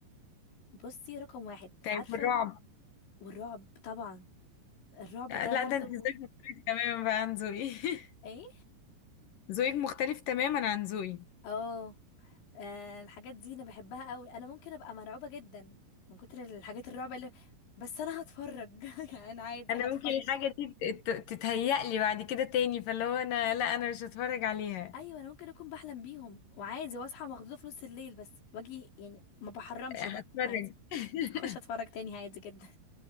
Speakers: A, on the left; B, on the left.
A: بصي رقم واحد
B: طيب
A: عارفة
B: الرعب
A: والرعب طبعا الرعب
B: آه،
A: ده
B: لا
A: برضو
B: ده انت ذوقك مختلف تماما بقى عن ذوقي <laughs>
A: ايه
B: ذوقك مختلف تماما عن ذوقي
A: اه آه، الحاجات دي انا بحبها قوي انا ممكن ابقى مرعوبة جدا من كتر الحاجات الرعب اللي بس انا هتفرج <laughs> يعني انا عادي
B: انا
A: هتفرج
B: ممكن الحاجة دي تت- تت- تتهيأ لي بعد كده تاني فاللي هو انا لا انا مش هتفرج عليها
A: ايوه انا ممكن اكون بحلم بيهم وعادي واصحى مخضوضة في نص الليل بس واجي يعني ما بحرمش
B: آه،
A: بقى
B: هتفرج
A: عادي
B: <laughs>
A: اخش اتفرج تاني عادي جدا